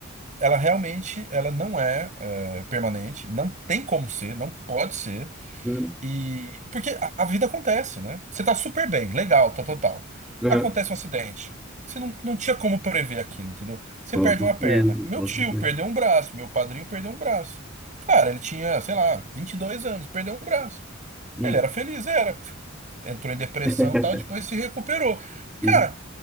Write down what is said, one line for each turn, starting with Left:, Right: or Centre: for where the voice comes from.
Right: ela realmente ela não é, é, permanente, não tem como ser, não pode ser.
Centre: Uhum,
Right: E porque a a vida acontece, né? Você tá super bem, legal, tá total.
Centre: uhum.
Right: Acontece um acidente. Você não, não tinha como prever aquilo, entendeu? Você
Centre: Com
Right: perde
Centre: certeza,
Right: uma perna. Meu
Centre: com
Right: tio
Centre: certeza.
Right: perdeu um braço, meu padrinho perdeu um braço. Cara, ele tinha, sei lá, 22 anos, perdeu um braço.
Centre: Uhum,
Right: Ele era feliz, era. Entrou em depressão,
Centre: <laughs>
Right: e tal, depois se recuperou. Cara,
Centre: Sim.